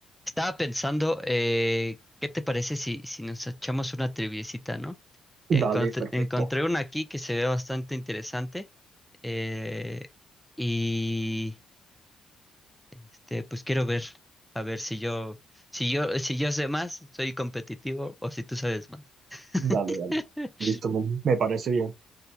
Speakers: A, in the centre; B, on the right.
A: Estaba pensando, eh, ¿qué te parece si, si nos echamos una triviecita, ¿no? Encontré,
B: Dale, perfecto.
A: encontré una aquí que se ve bastante interesante eh, y este, pues quiero ver, a ver si yo, si yo, si yo sé más, soy competitivo o si tú sabes más. <laughs>
B: Dale, dale. Listo, me me parece bien.